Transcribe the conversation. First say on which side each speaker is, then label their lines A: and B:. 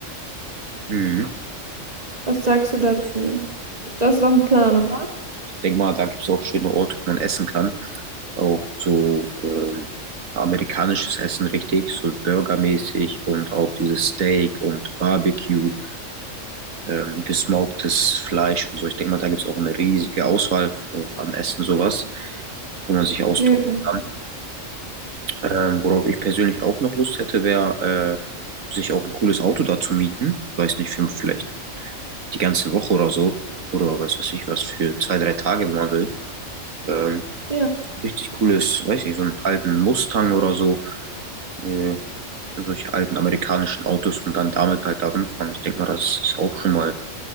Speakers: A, on the right; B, on the right.
A: Mhm.
B: Was sagst du dazu? Das ist auch ein Plan, oder?
A: denke mal, da gibt es auch schöne Orte, wo man essen kann. Auch so ähm, amerikanisches Essen richtig, so burgermäßig und auch dieses Steak und Barbecue, ähm, gesmoktes Fleisch und so. Ich denke mal, da gibt es auch eine riesige Auswahl äh, an Essen, sowas, wo man sich austoben
B: Ja,
A: kann. Ähm, worauf ich persönlich auch noch Lust hätte, wäre, äh, sich auch ein cooles Auto da zu mieten. Weiß nicht, für vielleicht die ganze Woche oder so. Oder weiß was ich was, für zwei, drei Tage, wenn man will. Ähm,
B: ja.
A: richtig cooles, weiß nicht, so einen alten Mustang oder so, äh, solche alten amerikanischen Autos und dann damit halt da rumfahren. Ich denke mal, das ist auch schon mal